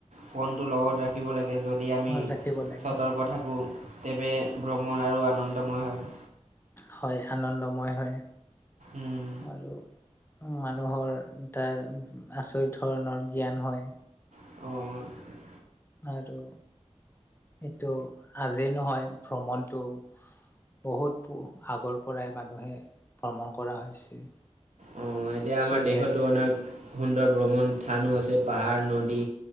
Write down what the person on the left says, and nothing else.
ৰাখিব লাগে
হয় আনন্দময় হয়
আৰু মানুহৰ এটা আচৰিত ধৰণৰ জ্ঞান হয়।
আৰু এইটো আজিৰ নহয় ভ্ৰমণটো। বহুত প, আগৰ পৰাই মানুহে ভ্ৰমণ কৰা হৈছে।
চলি
আহিছে